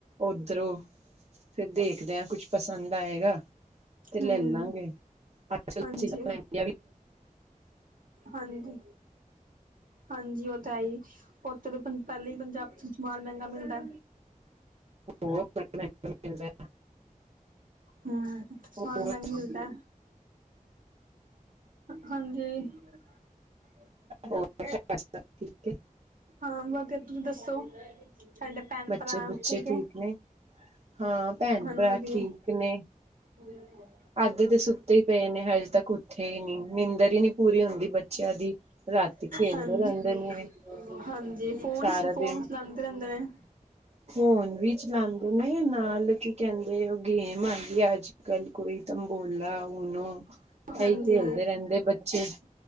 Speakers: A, on the right; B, on the right.
A: ਉਧਰੋਂ ਫਿਰ ਦੇਖ ਦੇ ਆਂ, ਕੁਛ ਪਸੰਦ ਆਏਗਾ ਤੇ
B: ਹਮ
A: ਲੈ ਲਾਂਗੇ, ਅੱਜ- ਕਲ
B: ਹਾਂਜੀ
A: ਚੀਜ਼ਾਂ ਪੈਂਦਾ
B: ਹਾਂਜੀ ਹਾਂਜੀ, ਉਹ ਤਾਂ ਹੈ ਈ। ਓਥੇ ਪਹਿਲੇ ਹੀ ਪੰਜਾਬ 'ਚ ਸਮਾਨ ਮਹਿੰਗਾ ਮਿਲਦਾ।
A: ਹੋਰ ਮਿਲਦਾ
B: ਹਮ। ਸਾਮਾਨ
A: ਹੋਰ
B: ਮਹਿੰਗਾ ਮਿਲਦਾ, ਹਾਂਜੀ। <unintelligible>
A: <inaudible> ਠੀਕ ਏ।
B: ਹਾਂ, ਬਾਕੀ ਤੁਸੀਂ ਦੱਸੋ? ਤਾਡੇ ਭੈਣ
A: ਬੱਚੇ
B: ਭਰਾ
A: ਬੁੱਚੇ
B: ਠੀਕ ਏ,
A: ਨੇ ਹਾਂ ਭੈਣ
B: ਹਾਂਜੀ
A: ਭਰਾ
B: ਵਧੀਆ।
A: ਠੀਕ ਨੇ
B: ਬਿਲਕੁਲ।
A: ਅੱਧੇ ਤੇ ਸੁੱਤੇ ਹੀ ਪਏ ਨੇ ਹਜੇ ਤੱਕ ਉੱਥੇ ਹੀ ਨਹੀਂ, ਨਿੰਦਰ ਹੀ ਨਹੀਂ ਪੂਰੀ ਹੁੰਦੀ ਬੱਚਿਆਂ ਦੀ। ਰਾਤੀ ਖੇਲਦੇ
B: ਹਾਂਜੀ
A: ਰਹਿੰਦੇ ਨੇ।
B: ਹਾਂਜੀ, ਫੋਨ
A: ਸਾਰਾ
B: ਚ ਫੋਨ
A: ਦਿਨ
B: ਚਲਾਂਦੇ ਰਹਿੰਦੇ ਨੇ।
A: ਫੋਨ ਵੀ ਚਲਾਂਦੇ ਨੇ, ਨਾਲ ਕੀ ਕਹਿੰਦੇ, ਓ ਗੇਮ ਆ ਗਈ ਆ ਅੱਜ -ਕੱਲ ਕੋਈ। ਤੰਬੋਲਾ, ਓਨੋ ਏਹੀ
B: ਹਾਂਜੀ
A: ਖੇਲਦੇ ਰਹਿੰਦੇ ਬੱਚੇ।